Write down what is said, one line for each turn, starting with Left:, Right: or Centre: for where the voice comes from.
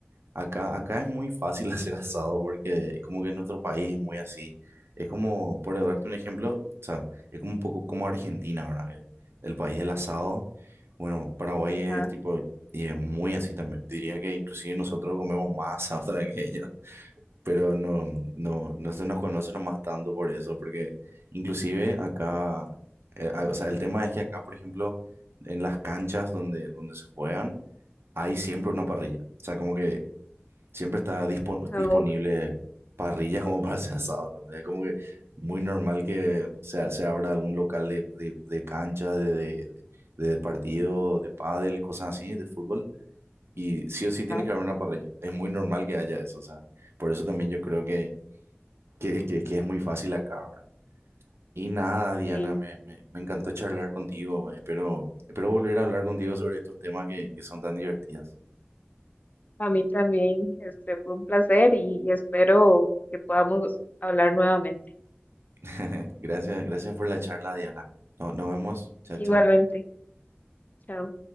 Right: Acá, acá es muy fácil <laughs> hacer asado porque es como que en nuestro país es muy así. Es como, por darte un ejemplo, o sea, es como un poco como Argentina, ¿verdad? Que El país del asado. Bueno, Paraguay
Left: Ajá,
Right: es tipo, y es muy así también. Diría que inclusive nosotros comemos más asado <laughs> que ellos pero no, no, no se nos conoce nomás tanto por eso, porque inclusive acá, eh, a- o sea, el tema es que acá, por ejemplo, en las canchas donde, donde se juegan, hay siempre una parrilla. O sea, como que siempre está dispo-
Left: no,
Right: disponible parrillas como para hacer asado, ¿entendés? Es como que muy normal que se, se abra algún local de, de, de cancha, de, de, de, de partido, de pádel, cosas así, de fútbol. Y sí o sí tiene
Left: ajá,
Right: que haber una parrilla. Es muy normal que haya eso, o sea. Por eso también yo creo que, que, que- que es muy fácil acá, ¿verdad? Y nada, Diana,
Left: sí.
Right: me, me, me encantó charlar contigo. Espero, espero volver a hablar contigo sobre estos temas que, que son tan divertidos.
Left: A mí también, este, fue un placer y y espero que podamos hablar nuevamente.
Right: <laughs> Gracias, gracias por la charla, Diana. No- nos vemos. Chao,
Left: Igualmente,
Right: chao.
Left: chao.